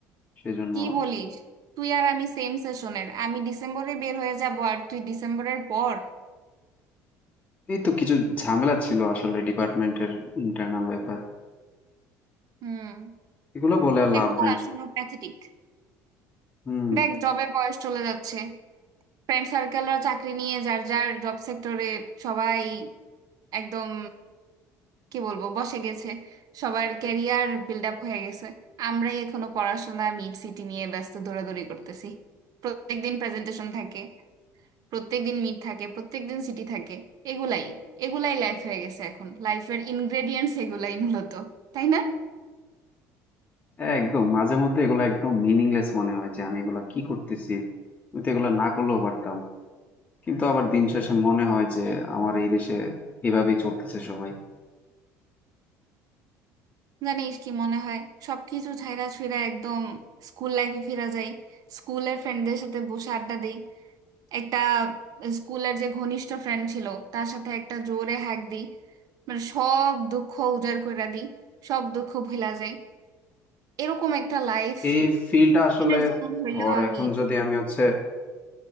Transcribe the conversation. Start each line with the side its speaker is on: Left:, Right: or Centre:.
Left: সেজন্য
Right: কি বলিস তুই আর আমি সেম সেশনের আমি ডিসেম্বরে বের হয়ে যাব আর তুই ডিসেম্বরের পর
Left: এই তো কিছু ঝামেলা ছিল আসলে ডিপার্টমেন্টের ইন্টারনাল ব্যাপার
Right: হুম
Left: এগুলো বলে আর লাভ
Right: এগুলো
Left: নাই
Right: আসলে প্যাথেটিক
Left: হুম
Right: দেখ জবের বয়স চলে যাচ্ছে ফ্রেন্ড সার্কেলরা চাকরি নিয়ে যার যার জব সেক্টরে সবাই একদম কি বলবো বসে গেছে সবার ক্যারিয়ার বিল্ড আপ হয়ে গেছে আমরাই এখনো পড়াশোনা মিড সিটি নিয়ে ব্যস্ত দৌড়াদৌড়ি করতেছি প্রত্যেকদিন প্রেজেন্টেশন থাকে প্রত্যেকদিন মিড থাকে প্রত্যেকদিন সিটি থাকে এগুলাই এগুলাই লাইফ হয়ে গেছে এখন লাইফের ইনগ্রেডিয়েন্টস এগুলাই মূলত তাই না
Left: একদম মাঝে মধ্যে এগুলো একদম মিনিংলেস মনে হয় যে আমি এগুলা কি করতেছি আমি তো এগুলো না করলেও পারতাম কিন্তু আবার দিন শেষে মনে হয় যে আমার এই দেশে এভাবেই চলতেছে সবাই
Right: জানিস কি মনে হয় সবকিছু ছাইড়া ছুঁইড়া একদম স্কুল লাইফে ফিরা যায় স্কুলের ফ্রেন্ডদের সাথে বসে আড্ডা দেই একটা স্কুলের যে ঘনিষ্ঠ ফ্রেন্ড ছিল তার সাথে একটা জোরে হাঁক দিই মানে সব দুঃখ উজাড় করে দিই সব দুঃখ ভুলা যায় এরকম একটা লাইফ
Left: এই ফিল্ডটা আসলে
Right: দিনের জন্য হইলেও
Left: ধর
Right: আমি
Left: এখন যদি আমি হচ্ছে